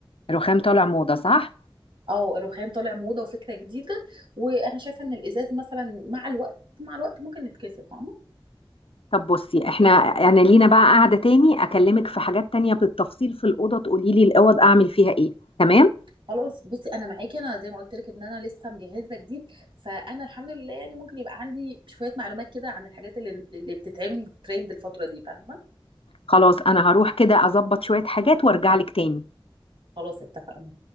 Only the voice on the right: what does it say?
اه الرخام طالع موضه وفكره جديده وانا شايفه ان الازاز مثلا مع الوقت مع الوقت ممكن يتكسر فاهمه
خلاص بصي انا معاكي انا زي ما قلت لك ان انا لسه مجهزه جديد فانا الحمد لله يعني ممكن يبقى عندي شويه معلومات كده عن الحاجات اللي اللي بتتعمل ترند الفتره دي فاهمه
خلاص اتفقنا